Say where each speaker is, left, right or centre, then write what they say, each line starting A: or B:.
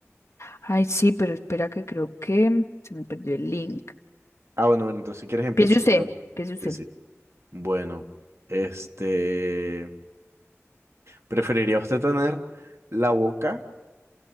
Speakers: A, on the left (about 65°); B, on the right (about 60°).
A: Ay, sí, pero espera que creo que se me perdió el link.
B: Ah, bueno, bueno, entonces si quieres empiezo
A: Piense usted,
B: yo.
A: piense usted.
B: Sí, sí. Bueno, este... ¿Preferiría usted tener la boca